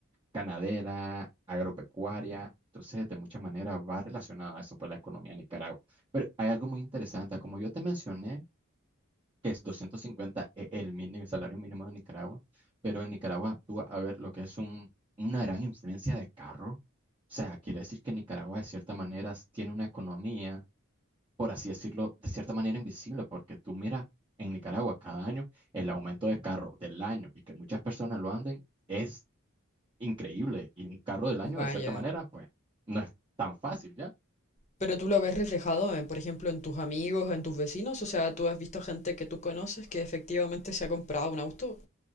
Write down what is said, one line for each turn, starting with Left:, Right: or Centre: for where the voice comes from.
Right: ganadera, agropecuaria. Entonces, de muchas maneras va relacionado a eso, pues, la economía de Nicaragua. Pero hay algo muy interesante. Como yo te mencioné, que es 250 e- el mínimo, el salario mínimo de Nicaragua, pero en Nicaragua tú vas a ver lo que es un, una gran influencia de carro. O sea, quiere decir que Nicaragua, de cierta manera, s- tiene una economía, por así decirlo, de cierta manera invisible, porque tú miras en Nicaragua cada año el aumento de carro del año y que muchas personas lo anden. Es increíble y un carro del año,
Left: Vaya.
Right: de cierta manera, pues no es tan fácil ya.
Left: Pero tú lo ves reflejado, en, por ejemplo, en tus amigos, en tus vecinos. O sea, tú has visto gente que tú conoces que efectivamente se ha comprado un auto.